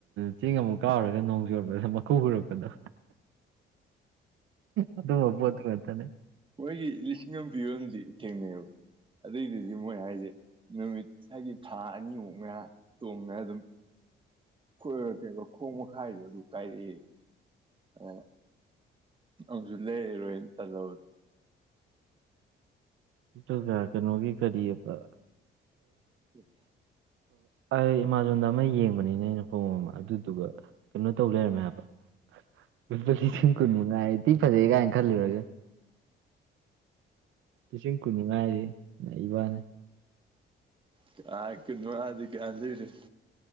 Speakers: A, on the right; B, on the right.
A: ꯆꯦꯡ ꯑꯃꯨꯛ ꯀꯥꯎꯔꯒ ꯅꯣꯡ ꯆꯣꯄꯗ ꯃꯈꯨ ꯍꯔꯛꯄꯗꯣ ꯑꯗꯨꯝ <inaudible>
B: ꯃꯣꯏꯒꯤ ꯂꯤꯁꯤꯡ ꯑꯃ ꯄꯤꯔꯣꯝꯗꯤ ꯊꯦꯡꯅꯩꯑꯕ ꯑꯗꯨꯏꯗꯨꯗꯤ ꯃꯣꯏ ꯍꯥꯏꯁꯦ ꯅꯨꯃꯤꯠ ꯍꯥꯏꯗꯤ ꯊꯥ ꯑꯅꯤꯃꯨꯛ ꯃ ꯇꯣꯡꯅ ꯑꯗꯨꯝ <unintelligible> ꯈꯣꯡ ꯃꯈꯥꯏꯗꯣ ꯑꯗꯨ ꯀꯥꯏꯔꯛꯑꯦ ꯑ ꯑꯃꯨꯀꯁꯨ ꯂꯩꯔꯔꯣꯏꯅꯥ ꯇꯜ ꯂꯥꯕꯥ
A: ꯇ ꯀꯌꯥ ꯀꯅꯣꯒꯤ ꯀꯔꯤꯌꯦ ꯑ
B: ꯎꯝ
A: ꯑꯩ ꯑꯦꯃꯥꯖꯣꯟꯗ ꯑꯃ ꯌꯦꯡꯕꯅꯤꯅ ꯑꯩꯅ ꯐꯣꯡ ꯑꯃ ꯑꯗꯨꯗꯨꯒ ꯀꯩꯅꯣ ꯇꯧ ꯂꯩꯔꯝꯃꯦ ꯍꯥꯏꯕ ꯂꯨꯄꯥ ꯂꯤꯁꯤꯡ ꯀꯨꯟꯃꯉꯥꯏꯗꯤ ꯊꯤ ꯐꯖꯩ ꯀꯥꯏꯅ ꯈꯜꯂꯨꯔꯒꯦ ꯂꯤꯁꯤꯡ ꯀꯨꯟꯃꯉꯥ ꯌꯦ ꯅꯩꯏꯕꯧꯅꯦ
B: ꯀꯀ ꯃꯥꯗꯤ ꯀꯌꯥ ꯂꯩꯔꯦ